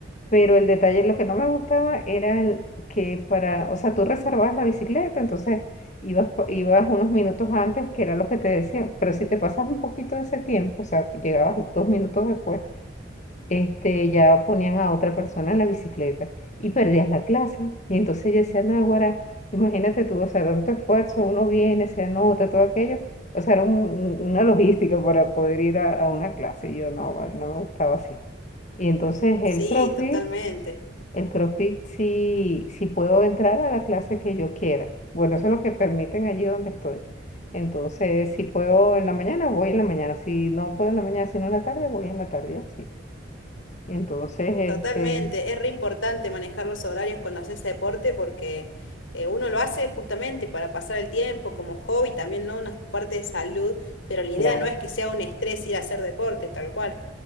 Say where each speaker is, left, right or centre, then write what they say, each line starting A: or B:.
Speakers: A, on the left; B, on the left.
A: Pero el detalle, lo que no me gustaba era el que para, o sea, tú reservabas la bicicleta, entonces ibas, po- ibas unos minutos antes, que era lo que te decían, pero si te pasas un poquito de ese tiempo, o sea, llegabas dos minutos después, este, ya ponían a otra persona en la bicicleta y perdías la clase. Y entonces yo decía, Náguara, imagínate tú, o sea, tanto esfuerzo, uno viene, se anota, todo aquello. O sea, era un- un- una logística para poder ir a, a una clase. Y yo no, vale, no me gustaba así. Y entonces el
B: Sí,
A: profe
B: totalmente.
A: el CrossFit sí, sí puedo entrar a la clase que yo quiera. Bueno, eso es lo que permiten allí donde estoy. Entonces, si puedo en la mañana, voy en la mañana. Si no puedo en la mañana, sino en la tarde, voy en la tarde, y así. Entonces, este,
B: Totalmente, es re importante manejar los horarios cuando haces deporte porque eh, uno lo hace justamente para pasar el tiempo como hobby, también no una parte de salud, pero la idea
A: claro,
B: no es que sea un estrés ir a hacer deporte, tal cual.